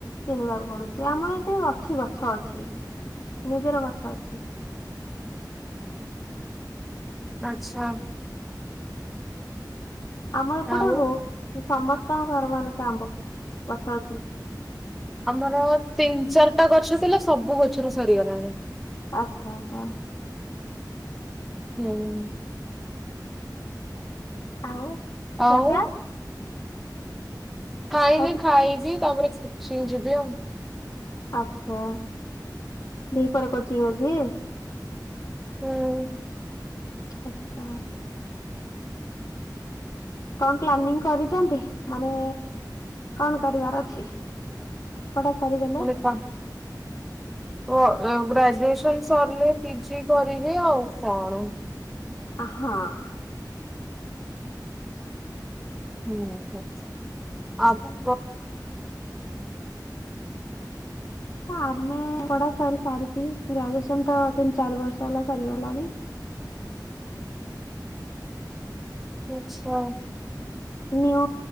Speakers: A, on the left; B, in the centre.
A: କିଣିବାକୁ ପଡୁଛି ଆମ ଏତେ ଅଛି ଗଛ ଅଛି ନିଜର ଗଛ ଅଛି।
B: ଆଛା।
A: ଆମର ଏପଟେ
B: ଆଉ
A: ବହୁତ୍ ସମସ୍ତଙ୍କ ଘର ମାନଙ୍କେ ଆମ୍ବ ଗଛ ଅଛି।
B: ଆମର ତିନି ଚାରିଟା ଗଛ ଥିଲା ସବୁ ଗଛରୁ ସରିଗଲାଣି।
A: ଆଛା ଆଉ କଣ?
B: ଦିଆହୁଏନି।
A: ଆଉ।
B: ଆଉ
A: ଖିଆପିଆ?
B: ଖାଇନି
A: ଖାଇ
B: ଖାଇବି ତାପରେ ଯି ଞ୍ଚିଂ ଯିବି ଆଉ।
A: ଆଛା ଦିପହ ରେ କୋଚିଂ ଅଛି।
B: ହୁଁ।
A: ଅଛା। କଣ ପ୍ଲାନିଂ କରିଛନ୍ତି ମାନେ କଣ କରିବାର ଅଛି? ପଢା ସରିଗ
B: ମୁଁ କହିନି ତାଙ୍କ୍ ଓ ଗ୍ରାଜୁଏସନ ସରିଲେ ପିଜି କରିବି ଆଉ କଣ।
A: ଅ ହଁ।
B: ହୁଁ ଆପଣ
A: ଆମେ ପଢା ସରି ସାରିଚି ଗ୍ରାଜୁଏସନ ତ ତିନି ଚାରି ବର୍ଷ ହେଲା ସରିଗଲାଣି।
B: ଆଚ୍ଛା।
A: ନିଉ